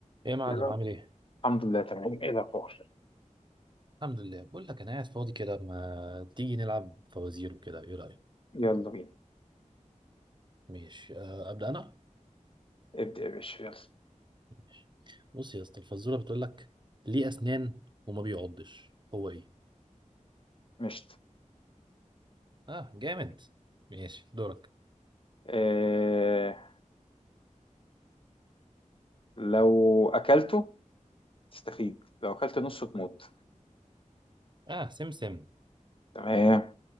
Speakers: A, on the right (about 35°); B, on the left (about 40°).
A: ايه يا معلم
B: يلا
A: عامل ايه؟
B: الحمد لله تمام ايه الاخبار
A: الحمد لله بقول لك انا قاعد فاضي كده ما تيجي نلعب فوازير وكده ايه رأيك؟
B: يلا بينا
A: ماشي أه ابدأ انا؟
B: ابدأ يا باشا يلا
A: ماشي بص يا اسطى الفزورة بتقول لك ليه اسنان وما بيعضش هو ايه؟
B: مشت
A: اه جامد ماشي دورك
B: إيه لو اكلته تستفيد لو اكلت نصه تموت
A: اه سمسم
B: تمام